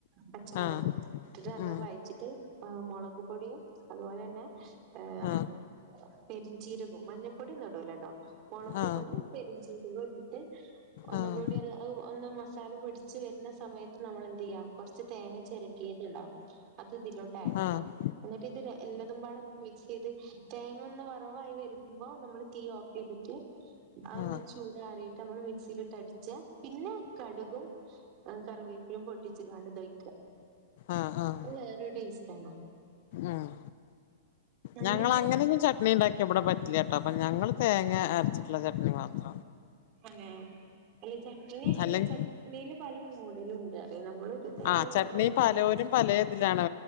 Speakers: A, on the right; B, on the left.
A: പച്ചമുളകും
B: ആഹ് ആഹ് ആഹ് ആഹ്
A: ഇട്ട്ട്ട് നല്ലോം
B: ഉം
A: വഴറ്റിട്ട് മുളക്പൊടിയും അതുപോലെന്നെ ഏഹ്
B: ആഹ്
A: പെരിഞ്ചീരകവും മഞ്ഞൾപ്പൊടിയൊന്നും ഇടൂലട്ടോ മുളക്
B: ആഹ് ആഹ്
A: പൊടിം പെരുഞ്ചീരകം ഇട്ടിട്ട് ഒന്നുകൂടി
B: ആഹ് ആഹ്
A: ഒന്ന് മസാല പിടിച്ച് വരുന്ന സമയത്ത് നമ്മളെന്ത്യ്യാം കൊറച്ച് തേങ്ങ ചെരകിയത് ഇടാം അത് ഇതിലോട്ട് ആഡെയ്യാം
B: ആഹ്
A: എന്നിട്ട് ഇത് എല്ലാതുമ്പാടെ ഒന്ന് മി ചെയ്ത് തേങ്ങ ഒന്ന് വറവായി വരുമ്പോ നമ്മള് തീ ഓപ്പ് ചെയ്തിട്ട് അതൊന്ന്
B: ആഹ്
A: ചു ആറിയിട്ടമ്മള് മിക്സിയില് ഇട്ടടി ച്ചെ പിന്നെ കടുകും കറിവേപ്പിലും പൊട്ടിച്ച് കാണ്ട് ട്ടൊയ്ക്ക
B: ആഹ് ആഹ്
A: അഹ് വേറൊരു ടേസ്റ്റണ്
B: ആഹ്
A: നല്ലൊരു
B: ഞങ്ങള് അങ്ങനെന്നും ച ട്ട്നി ണ്ടാക്കി ഇവിടെ പറ്റില്ലട്ടോ അപ്പൊ ഞങ്ങള് തേങ്ങ അരച്ചിട്ടുള്ള ചട്നി മാത്ര
A: അന്നെ അല്ല ചട്ണി ആയാലും
B: അല്ലെങ്കി
A: ചട്നിയില് പല മോഡലുംണ്ട് നമ്മള് ഒരു തേങ്ങ
B: ആഹ് ചട്നി
A: അങ്ങനത്തെ
B: പലോരും പലേ ഇതിലാണ്